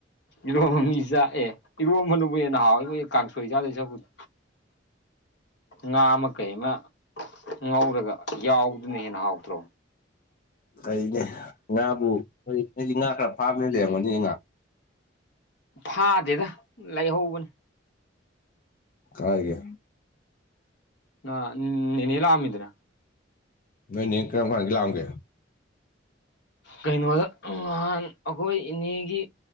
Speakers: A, on the left (about 65°); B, on the left (about 45°).
A: ꯏꯔꯣꯝꯆꯥ ꯑꯦ ꯏꯔꯣ ꯃꯅꯨꯡꯅꯕꯨ ꯍꯦ ꯅꯍꯥꯎꯋꯏꯕꯣꯏ ꯀꯥꯡꯁꯣꯏꯖꯥꯠꯗꯣꯏ ꯆꯄꯨꯗꯤ ꯉꯥ ꯑꯃ ꯀꯩ ꯑꯃ ꯉꯧꯔꯒ ꯌꯥꯎꯕꯗꯨꯅ ꯍꯦꯟꯅ ꯍꯥꯎꯗ꯭ꯔꯣ
B: ꯀꯩꯅꯦ ꯉꯥꯕꯨꯣꯏ ꯑꯩꯗꯤ ꯉꯥ ꯈꯔ ꯐꯥꯝꯅꯤꯅ ꯂꯩꯔꯝꯒꯅꯤꯅꯦ ꯉꯥ
A: ꯐꯥꯗꯦꯗ ꯂꯩꯥꯏꯍꯧꯕꯅꯤ
B: ꯀꯒꯦ
A: ꯑ ꯅꯅꯦꯂ ꯑꯃꯤꯗꯅ
B: ꯅꯣꯏꯅꯦ ꯀꯔꯝꯈꯥꯟ ꯒꯂꯥꯝꯒꯦ
A: ꯀꯩꯅꯣꯗ ꯅꯍꯥꯟ ꯑꯩꯈꯣꯏ ꯏꯅꯦꯒꯤ